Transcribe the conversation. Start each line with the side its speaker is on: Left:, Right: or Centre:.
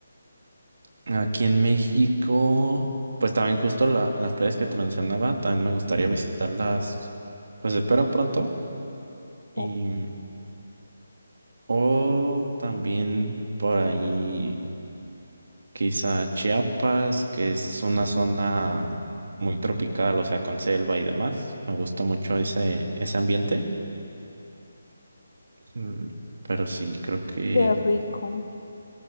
Right: aquí en México, pues también justo la- las playas que te mencionaba, también me gustaría visitarlas, pues espero pronto. y
Left: Ok,
Right: mm, O también por ahí, quizá Chiapas, que es una zona muy tropical, o sea, con selva y demás. Me gusta mucho ese, ese ambiente. Mm, Pero sí, creo que
Left: qué rico.